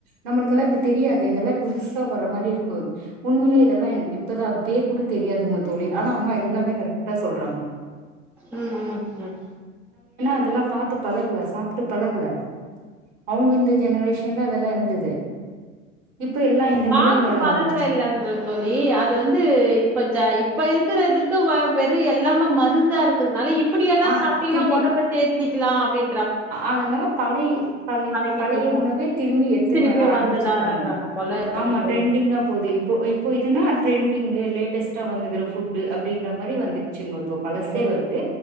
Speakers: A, on the right; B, in the centre.
A: நம்மளுக்கெல்லா இப்ப தெரியாதே இதல்லா புதுசா வர்ற மாரி இருக்கு உண்மைலே இதெல்லா எனக்கு ப்பதா அது பேர் கூட தெரியாது உங் தொழி ஆனா அம்மா எல்லாமே கரெக்டா சொல்றாங்க
B: உம் உம் உம்
A: அதல்லா பாத்து பலகல சாப்ட்டு பலகல அவுங்க இந்த ஜெனரேஷன்ல அதல்லா இருந்தது இப்ப எல்லா இந்த
B: பாத்து
A: நோய் வர
B: பலகுல
A: ஆரம்பிச்சு
B: இல்லன்ற தோழி அது வந்து இப்ப ஜ இப்ப இருக்கறதுக்கு வ வெறும் எல்லாம்ம மருந்தா இருக்கறதுனால இப் அப்புடியெல்லா
A: ஆ
B: சாப்ட்டிங்கன்னா
A: திருப்பி
B: ஒடம்ப தேத் திக்கலா அப்டின்
A: அதனால பலை பலை
B: பழகிக்கணு
A: பலைய உணவே திரும்பி எடுத்துன்னு
B: திருப்பியு
A: வர ஆரம்பிச்சுட்டாங்கோ
B: வந்துட்டாராக்குறாங்க போல இருக்கு
A: ஆமா
B: தோழி
A: ட்ரெண்டிங்கா போது இப்போ இப்போ இதுன்னா ட்ரெண்டிங்கு லேட்டஸ்டா வந்துகற ஃபுட்டு அப்டின்ற மாரி வந்துட்டு சிங்க இப்போ பலசே
B: தோழி
A: வந்து